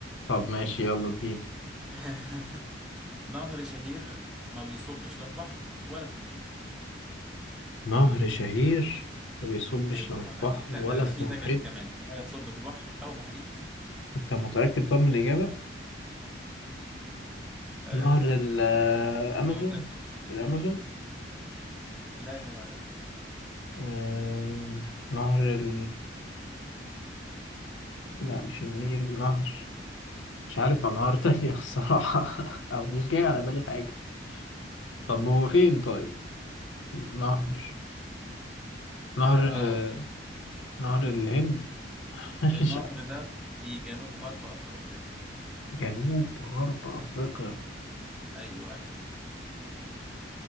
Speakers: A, on the left; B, in the centre.
A: طب ماشي يلا اديني
B: <laughs> نهر شهير ما بيصبش لا في بحر ولا في محيط
A: نهر شهير ما بيصبش
B: أيوه
A: لا في بحر
B: لا
A: ولا
B: ده ده
A: في
B: في
A: محيط
B: دجل كمان لا يصب في بحر أو محيط
A: أنت متأكد طب من الإجابة؟
B: آه
A: نهر الأمازون
B: ما بتأكد
A: الأمازون
B: لا يا جدع لا
A: آه، نهر ال... لا مش النيل نهر مش عارف أنهار تانية الصراحة <laughs> أو مش جاي على بالي حاجة طب هو فين طيب؟ نهر نهر
B: آه أقول لك
A: نهر الهند <laughs>
B: النهر
A: مش عارف
B: ده في جنوب غرب أفريقيا
A: جنوب غرب أفريقيا
B: أيوه